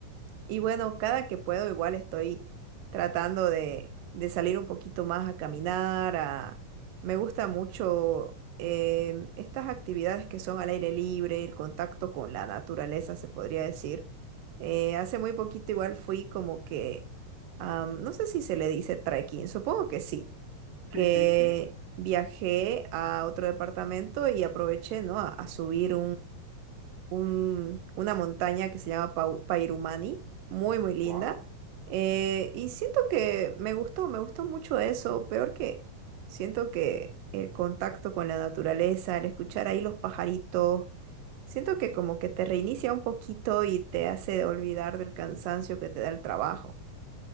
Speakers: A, on the right; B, on the right.
A: Y bueno, cada que puedo igual estoy tratando de, de salir un poquito más a caminar, a... Me gusta mucho em, estas actividades que son al aire libre, el contacto con la naturaleza, se podría decir. Eh, hace muy poquito igual fui como que, am, no sé si se le dice trekking, supongo que sí,
B: Sí,
A: que
B: sí, sí.
A: viajé a otro departamento y aproveché, ¿no? a a subir un- una montaña que se llama Pau- Pairumani, muy, muy linda.
B: Wow.
A: Eh, y siento que me gustó, me gustó mucho eso, peor que siento que el contacto con la naturaleza, el escuchar ahí los pajaritos, siento que como que te reinicia un poquito y te hace olvidar del cansancio que te da el trabajo.